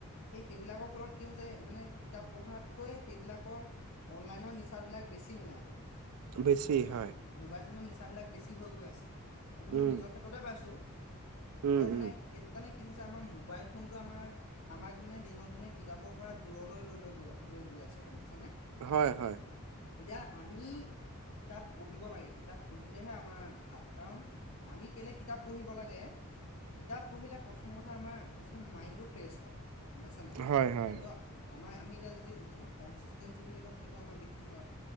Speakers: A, on the left; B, on the right.
A: সেই সেইবিলাকৰ ফলত কি হৈছে মানে কিতাপ পঢ়াতকৈ সেইবিলাকৰ অনলাইনৰ নিচাৰ বিলাক বেছি মানে আজিকালি।
B: বেছি
A: গ'ম পাইছে নে
B: হয়।
A: নাই? মোবাইল ফোনৰ নিচাবিলাক বেছি হৈ গৈ আছে সেইটো মই
B: উম
A: নিজৰ ক্ষেত্ৰতে পাইছোঁ। এতিয়া
B: উম
A: মানে
B: উম
A: সেইটো কাৰণে কি হৈছে আমাৰ মোবাইল ফোনটো আমাৰ আমাক মানে দিনক দিনে কিতাপৰ পৰা দূৰলৈ লৈ লৈ গৈ লৈ গৈ আছে। গম পাইছা নে!
B: হয় হয়
A: এতিয়া আমি কিতাপ পঢ়িব লাগে কিতাপ পঢ়িলেহে আমাৰ ভাল কাৰণ, আমি কেলে কিতাপ পঢ়িব লাগে। কিতাপ পঢ়িলে প্ৰথম কথা আমাৰ যিটো মাইণ্ডটো ফ্ৰেছ হয়। গ'ম পাইছ নে নাই!
B: হয় হয়
A: আৰু আমাৰ আমি এতিয়া যিটো যিটো কনচিষ্টেঞ্চি বুলি কওঁ সেইটো আমাৰ বৃদ্ধি হয়,